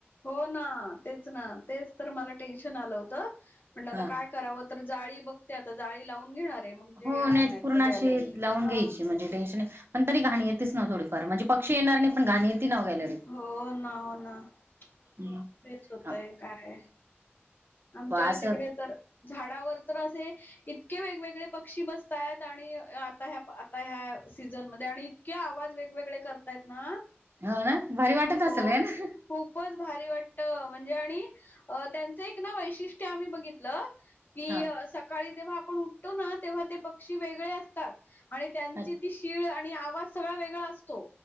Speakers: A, on the left; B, on the right.
A: हो ना, तेच ना, तेच तर मला टेन्शन आलं होतं, म्हटलं आता
B: ह
A: काय कराव तर जाळी बघते आता, जाळी लावून घेणार आहे. मग, जे
B: हो,
A: येणार
B: नेट
A: नाहीत
B: पूर्ण
A: तर
B: अशी
A: गॅलरीला.
B: लावून
A: हा
B: घ्यायची, म्हणजे टेशन नाही. पण तरी घाण येतच ना, थोडीफार म्हणजे, पक्षी येणार नाही, पण घाण येत ना ओ गॅलरीत.
A: हो, ना, हो, ना तेच
B: ह
A: होतय काय आमच्या
B: असं
A: तिकडे तर, झाडावर तर असे इतके वेगवेगळे पक्षी बसतात. आणि, आता ह्या-आता ह्या सीझनमध्ये आणि इतके, आवाज वेगवेगळे करतायत ना.
B: हो, ना भारी वाटत असेल
A: हो.
B: हे ना.
A: खूपच भारी वाटत, म्हणजे आणि त्यांचं एक ना, वैशिष्ट्य आम्ही बघितलं, कि,
B: हा
A: सकाळी जेव्हा आपण उठतो ना, तेव्हा ते पक्षी वेगळे असतात, आणि त्यांची
B: अ-
A: ती तिळ, आणि आवाज सगळा वेगळा असतो,